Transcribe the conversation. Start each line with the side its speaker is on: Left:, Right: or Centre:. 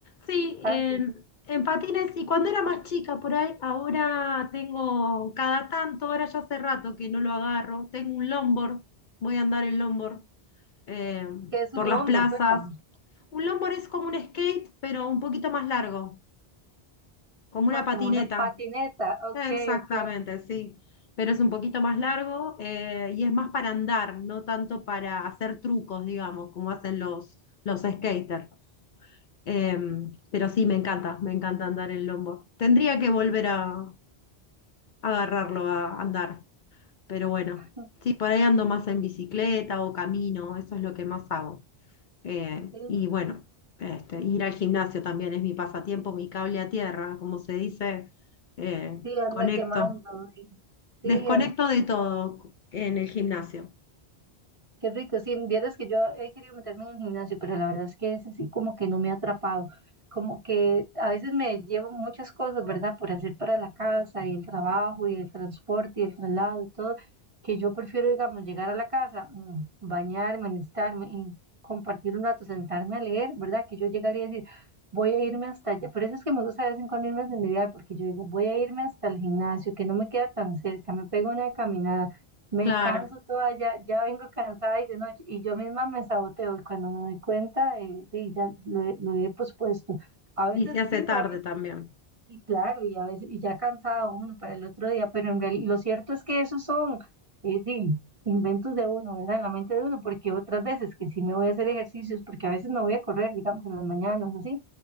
Left: Sí,
Right: Antes.
Left: en, en patines, y cuando era más chica por ahí, ahora tengo cada tanto, ahora ya hace rato que no lo agarro, tengo un longboard, voy a andar en longboard eh,
Right: ¿Qué es un
Left: por las
Right: longboard?
Left: plazas.
Right: Cuéntame.
Left: Un longboard es como un skate, pero un poquito más largo. Como una
Right: Ah,
Left: patineta.
Right: como una patineta. Ok,
Left: Exactamente,
Right: ok.
Left: sí. Pero es un poquito más largo eh, y es más para andar, no tanto para hacer trucos, digamos, como hacen los, los skaters. Em, pero sí, me encanta, me encanta andar en lombo. Tendría que volver a, agarrarlo a andar. Pero bueno,
Right: <laughs>
Left: sí, por ahí ando más en bicicleta o camino, eso es lo que más hago. Eh,
Right: Sí,
Left: y bueno, este, ir al gimnasio también es mi pasatiempo, mi cable a tierra, como se dice, eh,
Right: sí, anda
Left: conecto,
Right: quemando. Sí, sí,
Left: desconecto de todo en el gimnasio.
Right: Qué rico, sí, vieras que yo he querido meterme en el gimnasio, pero la verdad es que ese sí como que no me ha atrapado, como que a veces me llevo muchas cosas, ¿verdad? Por hacer para la casa y el trabajo y el transporte y el traslado y todo, que yo prefiero, digamos, llegar a la casa, mm, bañarme, alistarme y compartir un rato, sentarme a leer, ¿verdad? Que yo llegaría a decir, voy a irme hasta allá, por eso es que me gusta de vez en cuando irme a senderear, porque yo digo, voy a irme hasta el gimnasio, que no me queda tan cerca, me pego una caminada me
Left: Claro,
Right: canso toda, ya, ya vengo cansada y de noche, y yo misma me saboteo, y cuando me doy cuenta, eh, sí, ya lo, he lo he pospuesto. A veces
Left: y se hace
Right: sí me
Left: tarde
Right: voy,
Left: también.
Right: sí, claro, y a veces, y ya cansada uno para el otro día, pero en realidad, lo cierto es que esos son eh, sí, inventos de uno, ¿verdad? En la mente de uno, porque otras veces que sí me voy a hacer ejercicios, porque a veces me voy a correr, digamos, en las mañanas, así,